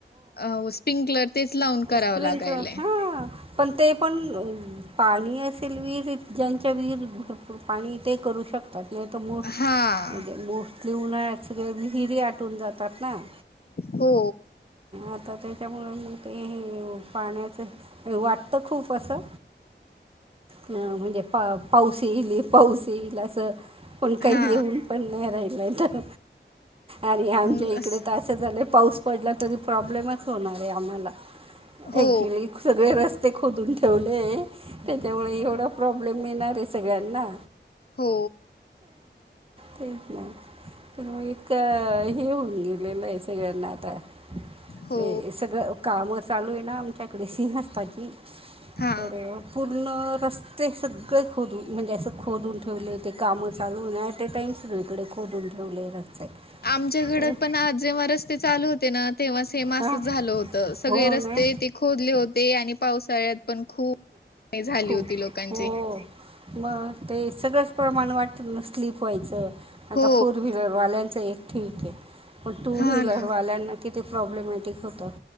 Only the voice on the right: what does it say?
स्प्रिंकलर
हां पण ते पण पाणी असेल विहिरीत ज्यांच्या विहिरीत भरपूर पाणी ते करू शकतात. नाही तर मोस्ट
म्हणजे मोस्टली उन्हाळ्यात विहारी आटून जात पट नाही
आता त्याच्यामुळे म ते पाण्याचं वाटतं खूप असं हं म्हणजे पा पाऊस येईल पाऊस येईल असं पण काही
येऊन पण नाही राहिलाय तर आणि आमच्या
इकडे
तर असं झालंय पाऊस पडला तरी प्रॉब्लेमच होणार आहे आम्हाला
ऍक्चुली सगळे रस्ते खोदून ठेवले त्याच्यामुळे एवढा प्रॉब्लेम मिळणारे सगळ्यांना
तेच नाही तर मग इतकं हे होऊन गेलेलं आहे सगळ्यांना आता
ते सगळं काम चालू आहे ना आमच्याकडे सीनसपाची
तर पूर्ण रस्ते सगळे खोदून म्हणजे असं खोदून ठेवले ते काम चालू ऍट ए टाम सुरू इकडे खोदून ठेवले रस्ते
तर
हां
हो
ना
खूप
हो मग ते सगळंच प्रमाण वाटतं स्लीप व्हायचं आता
फोर व्हीलरवाल्यांचं एक ठीक आहे पण टू
व्हीलरवाल्यांना
तिथे प्रॉब्लेमॅटिक होतं